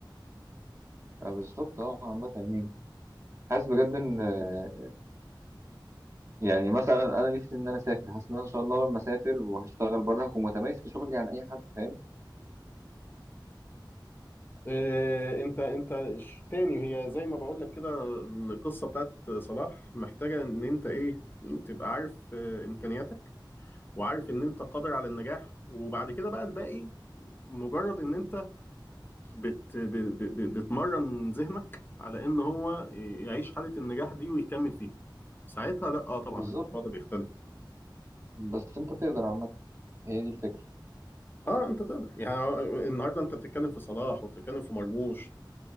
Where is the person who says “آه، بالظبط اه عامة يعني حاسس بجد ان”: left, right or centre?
Right